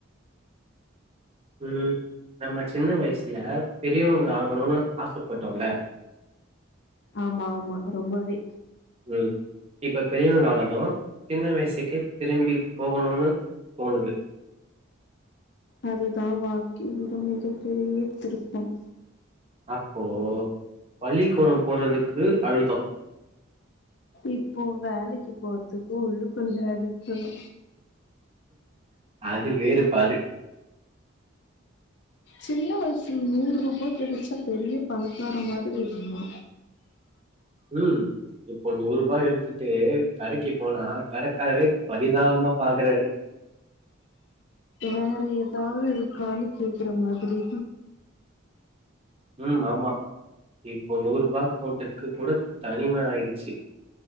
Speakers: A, on the right; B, on the left.
A: ம் நம்ம சின்ன வயசுல பெரியவங்க ஆகணுன்னு ஆசப்பட்டோல்ல
B: ஆமா ஆமா ரொம்பவே
A: ம். இப்ப பெரியவங்க ஆனது சின்ன வயசுக்கே திரும்பி போகணுனு தோணுது
B: அதுதா வாழ்க்கையோட மிக பெரிய திருப்பம்
A: அப்போ பள்ளிக்கூடம் போறதுக்கு அழுதோ
B: இப்போ வேலைக்கு போறதுக்கு உள்ளுக்குள்ளியே அழுகுரோ
A: அது வேறு பாரு
B: சின்ன வயசுல நூறு ரூபாய் கெடைச்சா பெரிய பணக்காரே மாதிரி இருந்தோ
A: உஹம் இப்போ நூறு ரூபாய் எடுத்துட்டு கடைக்கு போனா கடைக்காரரே பரிதாபமா பாக்குறாரு
B: வேற ஏதாவது இருக்கான்னு கேக்குற மாதிரி
A: உம் ஆமா இப்போ நூறுபா தோட்டத்துக்கு கூட தனிம ஆயிடுச்சு